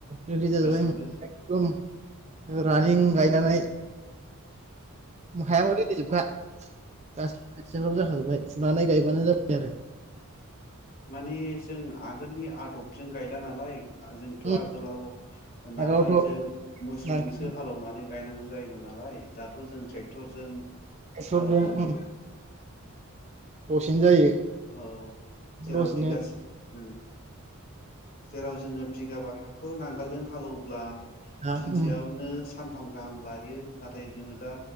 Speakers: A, on the right; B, on the left.
A: रेडि जाजोब्बाय
B: गासिबो
A: एकदम <unintelligible> गायनानै हायाबो रेदि जोबखा गासिबो खोथिफ्राबो जाखाजोब्बाय फुनानै गायबानो जाबाय आरो
B: माने जों आगोलनि आदब जों गायला नालाय। जोंथ'
A: जाबाय
B: आगोलाव नांगोलजों
A: आगोलावथ'
B: मोसौजोंसो
A: दाथ'
B: हालेवनानै गायनांगौ जायोमोन नालाय। दाथ' जों ट्रेक्टरजों
A: ट्रेक्टरजों
B: हालेवनानै
A: उम दसेनो जायो।
B: औ जेराव
A: दसेनो
B: बिगासे उम जेराव जोङो बिगाबा हाखौ नांगोलजों हालौब्ला
A: दा
B: फिनसेयावनो
A: उम
B: सान्थाम गाहाम लायो। नाथाय जोङो दा